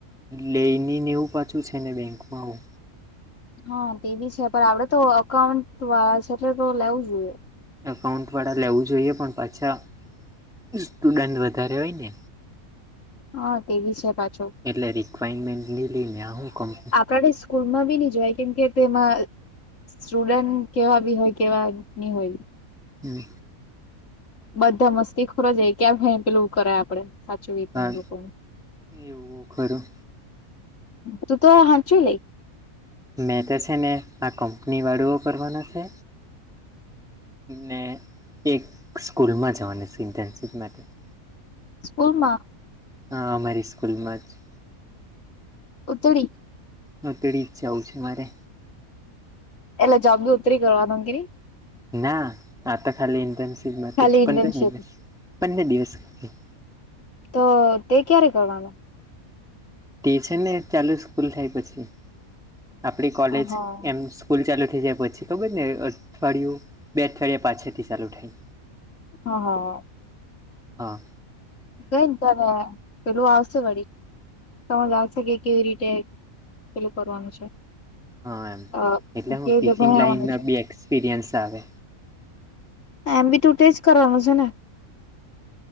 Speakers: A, in the centre; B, on the left.
A: લઈને ને એવું પાછું છે ને બેંકમાં હું
B: હા તે ભી છે પણ આપણે તો અકાઉન્ટ વાળા છે એટલે તો લેવું જોઈએ
A: એકાઉન્ટ વાળા લેવું જોઈએ પણ પાછા સ્ટુડન્ટ વધારે હોય ને
B: હા તે બી છે પાછું
A: એટલે રિક્વાયરમેન્ટ નઈ લઈને હું કંપ
B: આપણે સ્કૂલમાં ભી નહી જવાય કેમ કે તેમાં સ્ટુડન્ટ કેવા ભી હોય કેવા નહિ હોય
A: હમ
B: બધા મસ્તીખોર જ હોય ક્યાં ભાઈ ને પેલું કરે આપણે સાચ વિચાર
A: હા
B: લોકોનું
A: એવું ખરું
B: હ તું તો હાંચુ લઈ
A: મેં તો છે ને આ કંપની વાળુંઓ કરવાના છે ને એક સ્કૂલમાં જવાનું છે ઇન્ટર્નશીપ માટે <inaudible>
B: ઓહ મા
A: હા અમારી સ્કૂલમાં જ
B: ઉતરી
A: હા તેડી જ જાવુ છે મારે
B: એટલે જોબ ભી ઉતરી કરવાનું કરી
A: ના આતો ખાલી ઇન્ટનશીપમાં
B: ખાલી ઇન્ટર્નશીપ
A: પંદર દિવસ પંદર દિવસ ખાલી
B: તો તે ક્યારે કરવાનું
A: તે છે ને ચાલુ સ્કૂલ થાય પછી આપડી કોલેજ
B: હા હા
A: એમ સ્કૂલ ચાલુ થઈ જાય પછી ખબર ને અઠવાડિયું બે અઠવાડિયા પાછળથી ચાલુ થાય
B: હ હ
A: અ
B: ગઈ ને ત્યારે પેલું આવશે વળી સમજ આવશે કે કેવી રીતે પેલું કરવાનું છે
A: હ એમ
B: અ
A: એટલે હું
B: કેવી
A: ટીચિંગ
B: રીતે ભણાવવાનું
A: લાઈનમાં
B: છે
A: ભી એક્સપિરિયન્સ આવે
B: એમ ભી તો તેજ કરવાનું છે ને